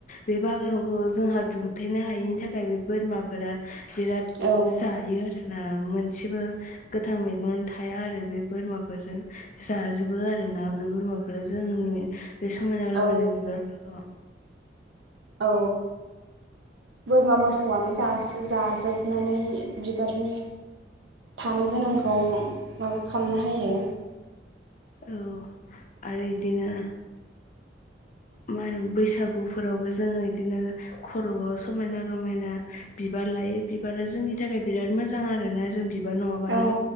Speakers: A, on the left; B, on the right.
A: बे बागानखौ जोंहा दुमथेनो हायिनि थाखाय बे बोरमाफोरा बिराद
B: औ
A: जायो आरो। मोनसेबो गोथां मैगं थाया आरो बे बोरमाफोरजों। जाजोबो आरोना बे बोरमाफोरा जोंनि बे समायना रमायना
B: औ
A: बिबारफोरखौ।
B: औ। बोरमा मोसौआनो जाजोबनानै बिबारनि थानो गोनांखौ माबा खालामनो हायो।
A: औ आरो इदिनो मा होनो बैसागुफोरावबो जोङो बिदिनो खर'आव समायना रमायना बिबार लायो बिबारा जोंनि थाखाय बिराद मोजां आरो ना जों बिबार नङाबानो
B: औ